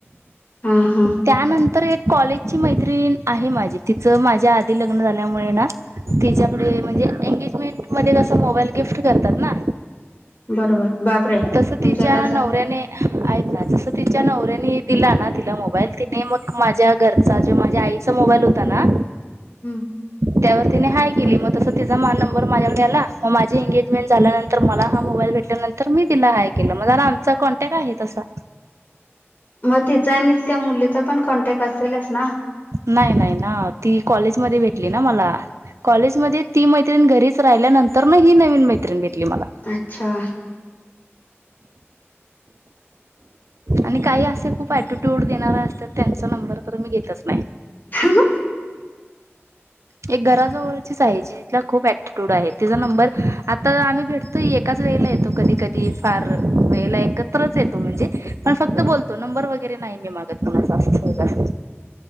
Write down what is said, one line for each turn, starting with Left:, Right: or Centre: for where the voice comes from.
Left: हा हा
Right: त्यानंतर एक.... कॉलेजची मैत्रीण आहे माझी तिचं माझ्या आधी लग्न झाल्यामुळे ना.... तिच्याकडे म्हणजे एंग्जमेंट मध्ये कस मोबाईल गिफ्ट करतात ना....
Left: बरोबर बापरे
Right: तस
Left: तुमच्यात
Right: तिच्या
Left: असं
Right: नवऱ्याने ऐकना जस तिच्या नवऱ्याने... आणि दिला ना तिला मोबाईल तिने मग माझ्या घरचा जो माझ्या आईचा मोबाईल होता ना....
Left: हम्म....
Right: त्यावर तिने हय केली मग तस तिचा मा नंबर माझ्याकडे आला मग माझी एंग्जमेंट झाल्यानंतर मला... हा मोबाईल भेटल्यानंतर मी तिला हाय केलं. मग झाला आमचा कॉन्टॅक्ट आहे तसा...
Left: मग तिचा आणि त्या मुलीचा पण कॉन्टॅक्ट असेलच ना....
Right: नाही नाही ना ती कॉलेजमध्ये भेटली ना मला कॉलेजमध्ये ती मैत्रिण घरीच.... राहिल्या नंतर ना ही नवीन मैत्रीण भेटली.... मला
Left: अच्छा!
Right: आणि काही असे खूप अटिट्यूड देणारे असतात त्यांचा नंबर तर मी घेतच नाही....
Left: हम....
Right: एक घराजवळचीच आहे जिला खूप ऍटीट्यूड आहे... तिचा नंबर आता आम्ही भेटतो एकाच वेळेला येतो कधी कधी फार वेळेला एकत्रच.... हा फक्त बोलतो म्हणजे नंबर वैगरे नाही मागत कोणच....